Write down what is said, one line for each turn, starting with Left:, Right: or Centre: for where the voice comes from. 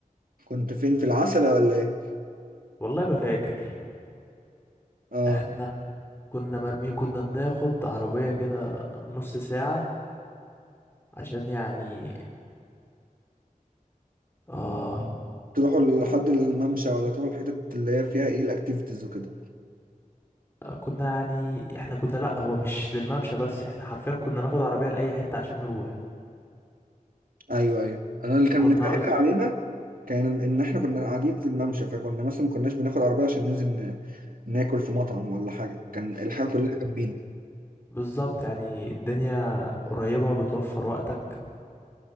Right: كنت فين في العسلة ولا ايه
Left: والله ما فاكر
Right: اه
Left: احنا كنا مرمي كنا بناخد عربية كده نص ساعة عشان يعني اه
Right: تروحوا لحد الممشى ولا تروحوا الحتت اللي هي فيها ايه الاكتيفيتيز وكده
Left: كنا يعني احنا كنا لا هو مش للممشى بس احنا حرفيا كنا ناخد عربية لأي حتة عشان نروح
Right: ايوه ايوه انا اللي كان
Left: كنا
Right: مسهل
Left: عز...
Right: علينا كان ان احنا كنا قاعدين في الممشى فكنا مثلا ما كناش بناخد عربية عشان ننزل ن- ناكل في مطعم ولا حاجة كان الحاجة كلها جنبينا
Left: بالظبط يعني الدنيا قريبة بتوفر وقتك